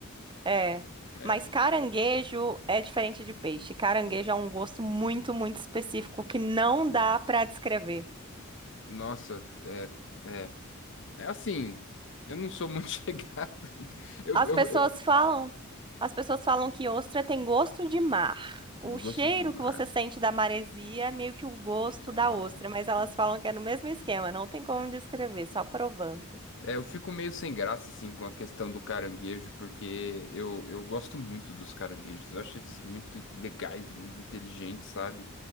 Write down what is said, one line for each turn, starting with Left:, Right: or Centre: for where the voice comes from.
Right: é.
Left: É,
Right: Mas caranguejo é diferente de peixe. Caranguejo é um gosto muito, muito específico que não dá pra descrever.
Left: Nossa, é, é, é assim. Eu não sou muito <laughs> chegado. em- Eu,
Right: As
Left: eu,
Right: pessoas
Left: eu-
Right: falam, as pessoas falam que ostra tem gosto de mar. O
Left: gosto
Right: cheiro
Left: de mar.
Right: que você sente da maresia é meio que o gosto
Left: Ah,
Right: da ostra, mas
Left: decidi.
Right: elas falam que é no mesmo esquema, não tem como descrever, só provando.
Left: É, eu fico meio sem graça, assim, com a questão do caranguejo, porque eu, eu gosto muito dos caranguejos. Eu acho eles muito legais, muito inteligentes, sabe?